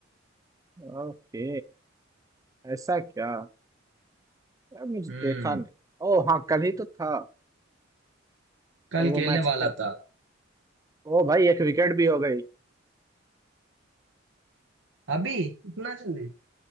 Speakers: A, on the right (about 20°); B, on the right (about 75°).
A: ओके ऐसा क्या अरे मुझे
B: हम्म
A: देखा नहीं ओ हाँ कल ही तो था
B: कल
A: पर वो
B: खेलने
A: मैच
B: वाला
A: खे
B: था
A: ओ भाई एक विकेट भी हो गई
B: अभी इतना जल्दी